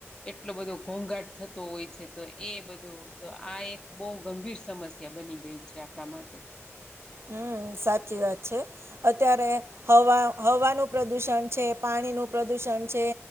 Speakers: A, on the left; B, on the right.
A: એટલો બધો ઘોંઘાટ થતો હોય છે તો એ બધું તો આ એક બહુ ગંભીર સમ સ્યા બની ગઈ છે આપણા માટે
B: હમ સાચી વાત છે. અત્યારે હવા હવાનું પ્રદુષણ છે, પાણીનું પ્રદુષણ છે,